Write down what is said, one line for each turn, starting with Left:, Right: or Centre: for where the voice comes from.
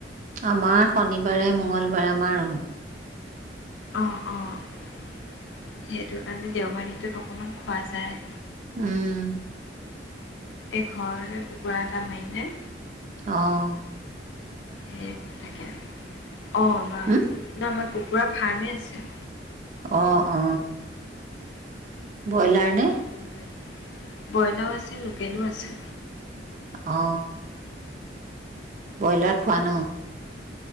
Right: আমাৰ শনিবাৰে মঙ্লবাৰে আমাৰো
Left: অ অ সেইটো কাৰণে দেওবাৰ দিনটোত অকমান খোৱা যায়।
Right: উম।
Left: এই ঘৰ কুকুৰা এটা মাৰিলে।
Right: আহ।
Left: সেই তাকে অ বা
Right: উম
Left: ন আমাৰ কুকুৰা ফাৰ্মেই আছে
Right: অ অ ব্ৰইলাৰ নে
Left: কিকে বইলাও আছে লোকেলো আছে
Right: অ বইলাৰ খোৱা ন